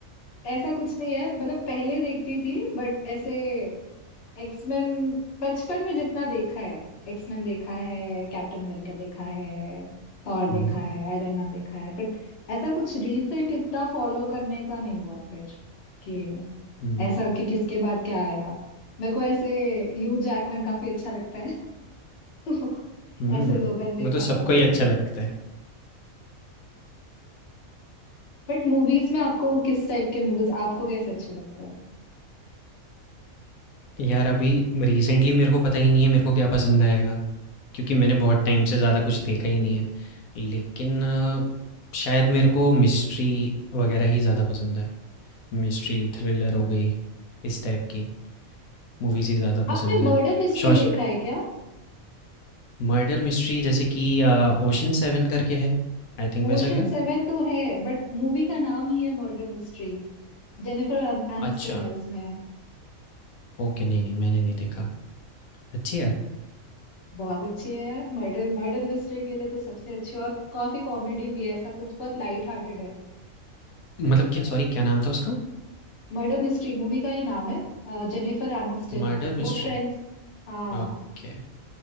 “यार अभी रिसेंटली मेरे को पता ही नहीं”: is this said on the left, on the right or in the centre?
Left